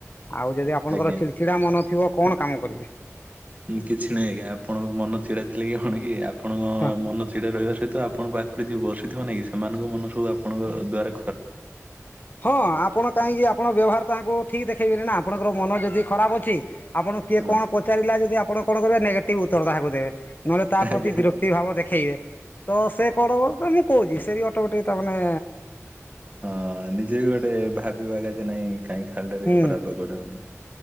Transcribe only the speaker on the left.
ଆଉ ଯଦି ଆପଣଙ୍କରଛିଡ଼ା
ମନ ଥିବ କଣ? କାମ କରିବେ।
ହଁ।
ହଁ ଆପଣ କାହିଁକି? ଆପଣ ବ୍ୟବହାର ତାଙ୍କୁ ଠିକ୍ ଦେଖେଇବେ ନିନା, ଆପଣଙ୍କର ମନ ଯଦି ଖରାପ ଅଛି ଆପଣଙ୍କ କିଏ
କଣ ପଚାରିଲା, ଯଦି ଆପଣ କଣ କରିବ ନେଗେଟିଭ୍ ଉତ୍ତର ତାହାକୁ ଦେବେ। ନହେଲେ ତା ପ୍ରତି
ବିରକ୍ତି ଭାବ ଦେଖେଇବେ, ତ ସେ କଣ ହବମ କହୁଛି, ସେ ବି ଅଟୋମେଟିକ ତାମାନେେ
ହୁଁ।